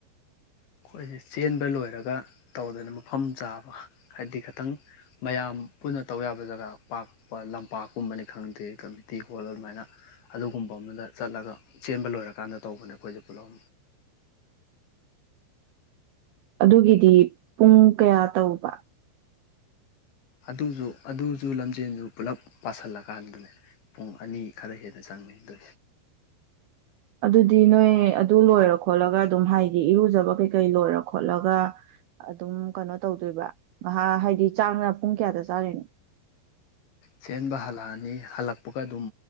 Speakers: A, on the left; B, on the right.
A: ꯑꯩꯈꯣꯏꯁꯦ ꯆꯦꯟꯕ ꯂꯣꯏꯔꯒ ꯇꯧꯗꯅ ꯃꯐꯝ ꯆꯥꯕ ꯍꯥꯏꯗꯤ ꯈꯤꯇꯪ ꯃꯌꯥꯝ ꯄꯨꯟꯅ ꯇꯧ ꯌꯥꯕ ꯖꯒꯥ ꯄꯥꯛꯄ ꯂꯝꯄꯥꯛꯀꯨꯝꯕꯅꯤ ꯈꯪꯗꯦ ꯀꯝꯃꯨꯅꯤꯇꯤ ꯍꯣꯜ ꯑꯗꯨꯃꯥꯏꯅ ꯑꯗꯨꯒꯨꯝꯕ ꯑꯃꯗ ꯆꯠꯂꯒ ꯆꯦꯟꯕ ꯂꯣꯏꯔꯀꯥꯟꯗ ꯇꯧꯕꯅꯦ ꯑꯩꯈꯣꯏꯁꯦ ꯄꯨꯂꯞ
B: ꯑꯗꯨꯒꯤꯗꯤ ꯄꯨꯡ ꯀꯌꯥ ꯇꯧꯕ
A: ꯑꯗꯨꯖꯨ ꯑꯗꯨꯖꯨ ꯂꯝꯖꯦꯟꯁꯨ ꯄꯨꯂꯞ ꯄꯥꯁꯤꯜꯂꯀꯥꯟꯗꯅꯦ ꯄꯨꯡ ꯑꯅꯤ ꯈꯔ ꯍꯦꯟꯅ ꯆꯪꯅꯤ ꯑꯗꯨ
B: ꯑꯗꯨꯗꯤ ꯅꯣꯏ ꯑꯗꯨ ꯂꯣꯏꯔ ꯈꯣꯠꯂꯒ ꯑꯗꯨꯝ ꯍꯥꯏꯗꯤ ꯏꯔꯨꯖꯕ ꯀꯩꯀꯩ ꯂꯣꯏꯔ ꯈꯣꯠꯂꯒ ꯑꯗꯨꯝ ꯀꯩꯅꯣ ꯇꯧꯗꯣꯏꯕ ꯉꯍꯥꯛ ꯍꯥꯏꯗꯤ ꯆꯥꯛꯅ ꯄꯨꯡ ꯀꯌꯥꯗ ꯆꯥꯔꯤꯅꯣ
A: ꯆꯦꯟꯕ ꯍꯜꯂꯛꯑꯅꯤ ꯍꯜꯂꯛꯄꯒ ꯑꯗꯨꯝ